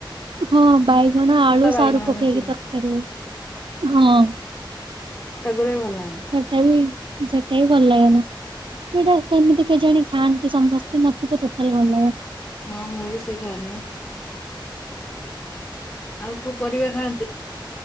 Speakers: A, on the right; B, on the left.
A: ହଁ ବାଇଗଣ ଆଳୁ
B: ତା
A: ସାରୁ
B: ବାଇଗଣ
A: ପକେଇକି
B: ମିଶେଇକି
A: ତରକାରୀ ହୁଏ ହଁ
B: ସେଗୁରା ବି ଭଲ ଲାଗେନି।
A: ସେଟା ବି ସେଟା ବି ଭଲ ଲାଗେନା ସେଇଟା କେମିତି କେଜାଣି ଖାଆନ୍ତି ସମସ୍ତେ ମତେ ତ ଟୋଟାଲ୍ ଭଲ ଲାଗେନା।
B: ହଁ ମୁଁ ଭିି ସେଇ ଖାଏନି ବା। ଆଉ କୋଉ ପରିବା ଖାଆନ୍ତିନି?